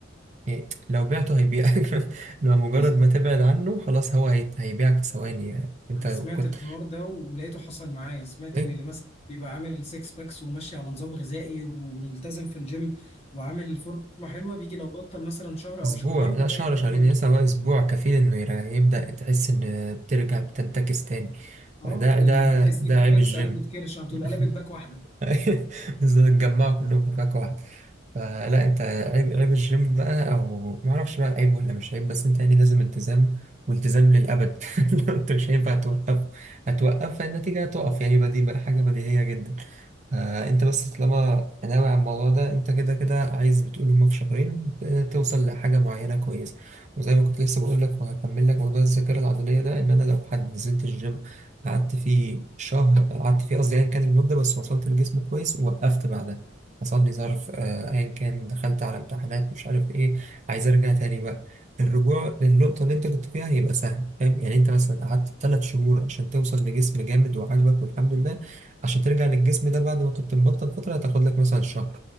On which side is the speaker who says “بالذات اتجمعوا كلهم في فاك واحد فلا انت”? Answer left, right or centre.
Right